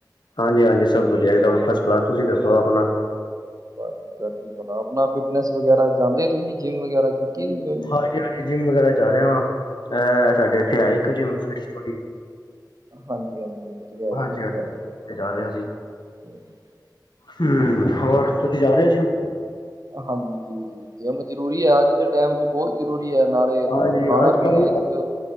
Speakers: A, on the left; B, on the right.
A: ਹਾਂਜੀ- ਹਾਂਜੀ ਸਭ ਵਧੀਆ ਇੱਕਦਮ ਫਸ ਕਲਾਸ। ਤੁਸੀਂ ਦੱਸੋ ਆਪਣਾ।
B: ਬਸ ਜੀ ਚੜ੍ਹਦੀ ਕਲਾ। ਆਪਣਾ ਫਿਟਨੈਸ ਵਗੈਰਾ ਜਾਂਦੇ ਤੁਸੀਂ ਜਿੰਮ ਵਗੈਰਾ ਕੀਤੀ ਜੋਆਇਨ।
A: ਹਾਂਜੀ ਹਾਂਜੀ ਜਿੰਮ ਵਗੈਰਾ ਜਾ ਰਿਆ ਆਂ, ਐ ਸਾਡੇ ਏਥੇ ਐ
B: ਵਧੀਆ
A: ਇੱਕ ਜਿੰਮ ਫਿਟ ਸਟੋਰੀ।
B: ਹਾਂਜੀ ਹਾਂਜੀ ਵਧੀਆ ਆ
A: ਹਾਂਜੀ
B: ਵਧੀਆ
A: ਹਾਂਜੀ
B: ਆ
A: ਓਥੇ ਜਾ ਰਿਆ ਸੀ।
B: <inaudible>
A: ਹੂੰ,
B: ਠੀਕ
A: ਹੋਰ
B: ਆ ਠੀਕ
A: ਤੁਸੀਂ ਜਾ
B: ਆ
A: ਰੇ ਓ ਜਿਮ।
B: ਹਾਂਜੀ ਜੀ ਜੀ ਜਿਮ ਜ਼ਰੂਰੀ ਐ, ਅੱਜ ਦੇ ਟਾਈਮ ਚ ਬੋਤ ਜ਼ਰੂਰੀ ਐ ਨਾਲੇ-
A: ਹਾਂਜੀ
B: ਖਾਣਾ
A: ਅੱਜ
B: ਪੀਣੇ
A: ਕੱਲ
B: 'ਚ